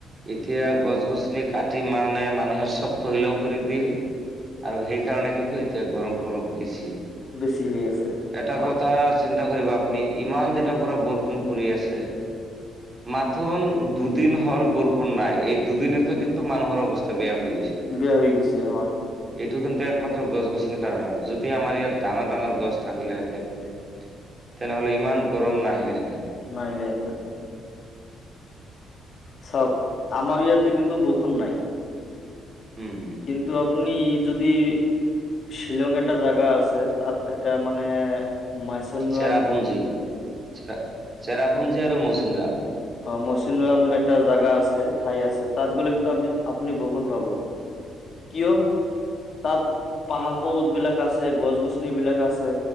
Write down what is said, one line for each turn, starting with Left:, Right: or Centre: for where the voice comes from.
Right: এতিয়া গছ গছনি কাটি মানে মান- মানুহে চব তহিলং কৰি দিল আৰু সেইকাৰণে কিন্তু এতিয়া গৰমটো অলপ বেছি।
Left: বেছি হৈ আছে
Right: এটা
Left: হয়
Right: কথা চিন্তা কৰিবা আপ- পুনি ইমান দিনৰ পৰা বৰষুণ পৰি আছে। মাথোন দুদিন হ'ল বৰষুণ নাই এই দুদিনেতো কিন্তু মানুহৰ অৱস্থা- বেয়া হৈ গৈছে
Left: <unintelligible> বেয়া হৈ গৈছে হয় <unintelligible>
Right: <unintelligible> এইটো কিন্তু একমাত্ৰ গছ গছনিৰ কাৰণ যদি আমাৰ ইয়াত ডাঙৰ ডাঙৰ গছ থাকিলেহেঁতেন <inaudible> <unintelligible> তেনেহ'লে ইমান গৰম নাহিলেহেঁতেন <inaudible>
Left: <unintelligible> নাহিলেহে‌ঁতেন <inaudible> চাওক আমাৰ ইয়াতে কিন্তু বৰষুণ নাই
Right: উম
Left: কিন্তু আপুনি যদি শ্বিলং এটা জাগা আছে তাত এটা মানে মাইচনাম
Right: চেৰাপুঞ্জী <unintelligible> চেৰাপুঞ্জী আৰু মৌচিন্দ <inaudible>
Left: <unintelligible> হয় মৌচিন্দৰাম এটা জাগা আছে ঠাই আছে তাত গ'লে কিন্তু আ আপুনি বৰষুণ পাব <unintelligible> কিয় <unintelligible> <unintelligible> তাত পাহাৰ-পৰ্বতবিলাক আছে, গছ-গছনিবিলাক আছে